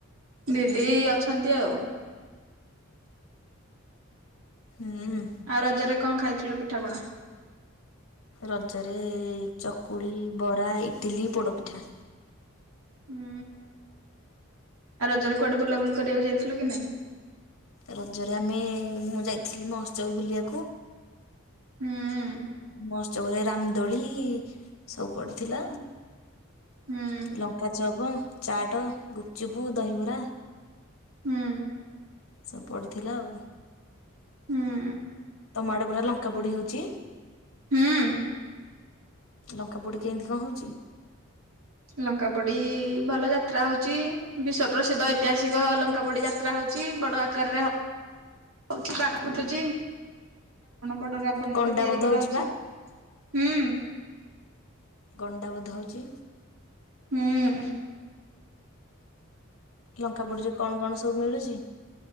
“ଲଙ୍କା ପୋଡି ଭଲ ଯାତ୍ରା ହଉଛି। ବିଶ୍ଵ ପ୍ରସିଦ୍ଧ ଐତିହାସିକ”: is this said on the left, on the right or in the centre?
Right